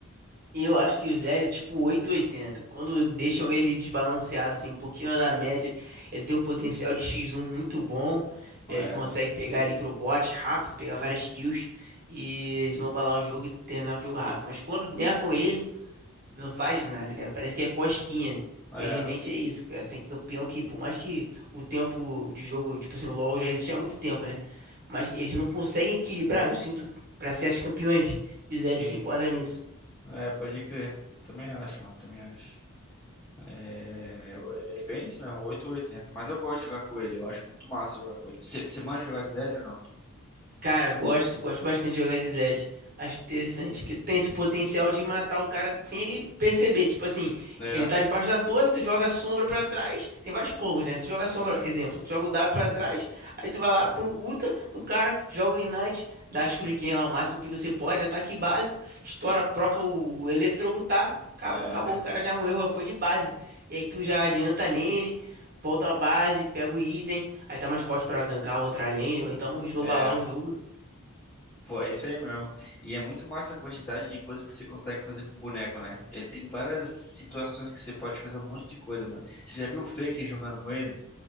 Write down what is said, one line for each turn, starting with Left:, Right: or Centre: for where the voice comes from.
Right: Eu acho que o Zed é tipo oitocentos e oitenta Quando deixam ele desbalanceado, assim, um pouquinho da média, ele tem um potencial de x um muito bom. Ele
Left: É,
Right: consegue pegar ali pro bot rápido, pegar várias kills e snowballar o jogo e terminar com o jogo rápido. Mas quando nerfam ele. Não faz nada, cara. Parece que é cosquinha.
Left: é,
Right: Felizmente é isso, cara. Tem campeão que, por mais que o tempo de jogo, tipo assim, o LoL já existe há muito tempo, né? Mas eles não conseguem equilibrar, eu sinto, pra certos campeões. E o Zed
Left: sim,
Right: se enquadra nisso.
Left: é, pode crer. Também acho, mano, também acho. É, eu- ele é bem isso mesmo, oito ou oitenta Mas eu gosto de jogar com ele, eu acho muito massa jogar com ele. Você manja jogar de Zed ou não?
Right: Cara, gosto, gosto bastante de jogar de Zed. Acho interessante, porque tem esse potencial de matar o cara sem ele perceber. Tipo assim,
Left: É,
Right: ele tá debaixo da torre, tu joga a sombra pra trás. Tem vários combos, né? Tu joga a sombra, exemplo, tu joga o W pra trás, aí tu vai lá, pum, ulta no cara, joga o Ignite, dá a Shuriken lá o máximo que você pode, ataque básico, estoura, proca o, o eletrocutar, acabou,
Left: é,
Right: acabou, o cara já morreu, já foi de base. E aí tu já adianta a lane, volta à base, pega o item. Aí tá mais forte pra gankar outra lane, ou então snowballar
Left: é.
Right: o jogo.
Left: Pô, é isso aí mesmo. E é muito massa a quantidade de coisas que você consegue fazer com o boneco, né? Ele tem várias situações que você pode fazer um monte de coisa, mano. Você já viu o Faker jogando com ele?